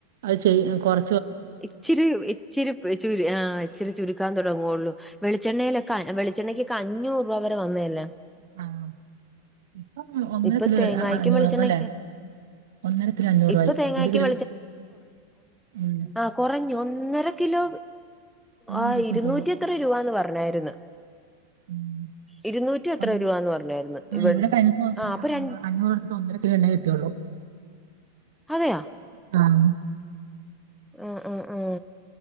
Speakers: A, on the right (about 55°); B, in the centre.
A: അത് ചെയ്യ കൊറ
B: ഇച്ചിരി ഇച്ചിരി പ് ചു ആ ഇച്ചിരി ചുരുക്കാൻ തൊടങ്ങൊള്ളൂ വെളിച്ചെണ്ണേലൊക്കെ അനവളി ച്ചെണ്ണയ്ക്കൊക്കെ അഞ്ഞൂറ് രൂപ വരെ വന്നയല്ലേ
A: ആഹ് ഇപ്പൊ ഒന്നര
B: ഇപ്പൊ
A: കിലോ
B: തേങ്ങായ്ക്കും
A: അ അ അഞ്ഞൂറേന്നു
B: വെളിച്ചെണ്ണയ്ക്കും
A: അല്ലേ ഒന്നരക്കിലോ അഞ്ഞൂറായി
B: ഇപ്പൊ തേങ്ങായ്ക്കും
A: ഒരു കിലോയ് ഉം
B: ആഹ് കൊറഞ്ഞു ഒന്നര കിലോ
A: അഞ്ഞൂറേ
B: ആ
A: കിട്ടുള്ളൂ
B: ഇരുന്നൂറ്റി എത്ര രൂപാന്ന് പറഞ്ഞായിരുന്നു.
A: ഉം
B: ഇരുന്നൂറ്റി എത്ര രൂപാന്ന് പറഞ്ഞായിരുന്നു
A: <inaudible> അ
B: ഇവ
A: ഇവടെ കയിഞ്ഞൂസം
B: ആ അപ്പൊ ര
A: അഞ്ഞൂറ് കൊടുത്ത്ട്ട് ഒന്നരക്കിലോ എണ്ണേ കിട്ടിയൊള്ളൂ <inaudible>
B: അതെയാ
A: ആഹ്
B: ആ ആ ആ